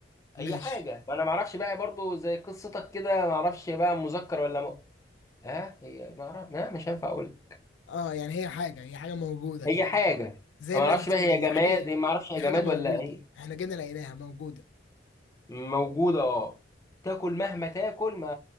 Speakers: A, on the left; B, on the left.
A: ماشي
B: اي حاجه ما انا ما اعرفش بقى برضو زي قصتك كده ما اعرفش بقى مذكر ولا م... ها هي ما اعرف لا مش هينفع اقول
A: اه يعني هي حاجة هي حاجة موجودة
B: هي
A: كده
B: حاجه
A: زي زي
B: ما
A: النفس
B: اعرفش بقى
A: كده
B: هي
A: هي
B: جماد
A: حاجة
B: هي ما اعرفش
A: هي
B: هي
A: حاجة
B: جماد
A: موجودة
B: ولا ايه
A: احنا جينا لقيناها موجودة
B: موجوده اه تاكل مهما تاكل ما